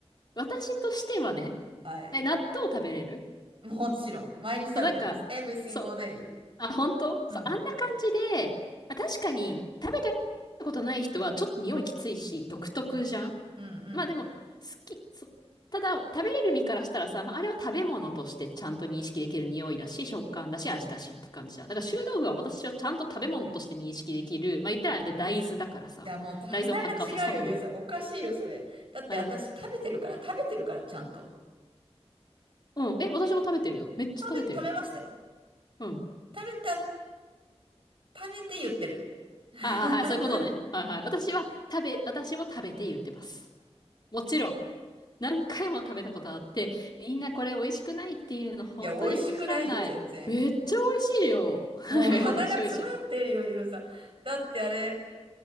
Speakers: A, on the left; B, on the right.
A: 私としてはね、
B: はい。
A: え、納豆食べれる
B: もちろん、毎日食べてます。
A: そう、なんか、
B: Every single
A: そう。
B: day。
A: あ、本当そう、
B: うん、
A: あんな感じで、あ、確かに食べたことない人はちょっと匂いきついし、独特じゃん
B: うん、うん、うん。
A: まあでも、好き、そう、ただ食べれる身からしたらさ、まああれは食べ物としてちゃんと認識できる匂いだし、食感だし、味だしって感じじゃん。だから臭豆腐は私はちゃんと食べ物として認識できる。まあ言ったらあれ大豆だからさ、
B: いや、もう、鼻が違うよ、
A: 大豆を発酵させたもの。
B: ゆうさん。おかしいよ、それ。だって、
A: まあでも、
B: 私、食べてるから、食べてるから、ちゃんと。
A: うん、え、私も食べてるよ。めっちゃ食べてるよ。
B: 食べ、食べましたよ。
A: うん。
B: 食べた、食べて言ってる。<laughs>
A: ああ、はい、そういうことね。はいはい。私は食べ、私も食べて言ってます。もちろん、何回も食べたことあって、みんなこれ美味しくないっていうの本当に信じらんない。
B: いや、美味しくないよ、全然。
A: めっちゃ美味しいよ。<laughs> はい美味しい美味しい。
B: もう鼻が詰まってるよ、ゆうさん。だってあれ、